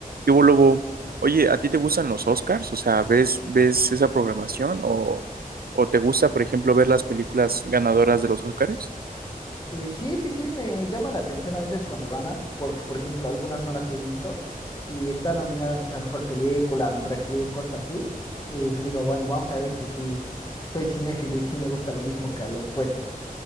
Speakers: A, on the right; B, on the left.
A: ¿Qué hubo, Lobo? Oye, ¿a ti te gustan los Oscars? O sea, ¿ves, ves esa programación? ¿O, o te gusta, por ejemplo, ver las películas ganadoras de los Oscars?
B: Eh, sí, sí, sí, me llama la atención a veces cuando ganan, porque por ejemplo algunas no las he visto y está nominada, no sé, a mejor película, a mejor actriz, cosas así. eh, pues digo, bueno, vamos a ver si sí soy cinéfilo y sí me gusta lo mismo que a los jueces.